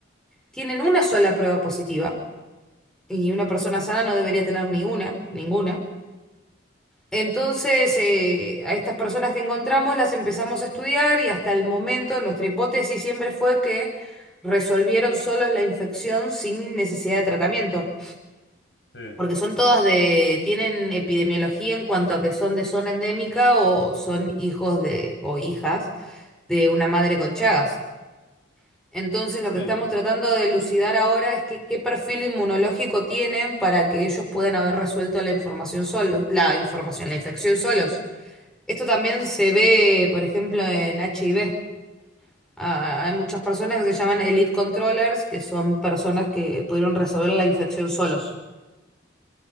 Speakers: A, in the centre; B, on the left.
A: tienen una sola prueba positiva, y una persona sana no debería tener ni una, ninguna. Entonces, eh, a estas personas que encontramos las empezamos a estudiar y hasta el momento nuestra hipótesis siempre fue que resolvieron solos la infección sin necesidad de tratamiento,
B: sí,
A: porque son todas de, tienen epidemiología en cuanto a que son de zona endémica o son hijos de, o hijas de una madre con Chagas. Entonces, lo que
B: sí,
A: estamos
B: sí.
A: tratando de elucidar ahora es que, qué perfil inmunológico tienen para que ellos puedan haber resuelto la información solos, la información, la infección solos. Esto también se ve, por ejemplo, en HIV. Ah, hay muchas personas que se llaman elite controllers, que son personas que pudieron resolver la infección solos.